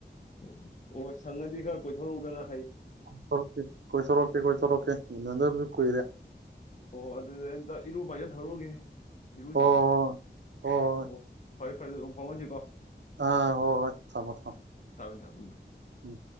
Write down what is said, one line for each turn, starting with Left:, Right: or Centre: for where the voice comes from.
Left: ꯎꯝ ꯑꯣ ꯁꯪꯉꯗꯤ ꯈꯔ ꯀꯣꯏꯊꯣꯔꯎꯗꯅ
Right: ꯀꯣꯏꯊꯣꯔꯛꯀꯦ ꯀꯣꯏꯊꯔꯛꯀꯦ ꯀꯣꯏꯊꯔꯛꯀꯦ ꯎꯟꯅꯗꯖ ꯀꯏꯔꯦ
Left: ꯍꯣꯏ ꯍꯣꯏ ꯑꯗꯨꯗꯤ ꯑꯝꯇ ꯏꯔꯨ ꯄ ꯍꯥꯏꯖꯠ ꯊꯧꯔꯨꯒꯦ ꯏꯔꯨꯖꯗꯔ꯭ꯤ
Right: ꯍꯣꯏ ꯍꯣꯏ ꯍꯣꯏ ꯍꯣꯏ ꯍꯣꯏ
Left: ꯑꯣ ꯐꯔꯦ ꯐꯔꯦ ꯑꯗꯨꯝ ꯐꯥꯎꯍꯟꯁꯤꯀꯣ
Right: ꯑꯥ ꯍꯣꯏ ꯍꯣꯏ ꯊꯃꯣ ꯊꯝ
Left: ꯊꯝꯃꯦ ꯊꯝꯃꯦ ꯎꯝ
Right: ꯎꯝ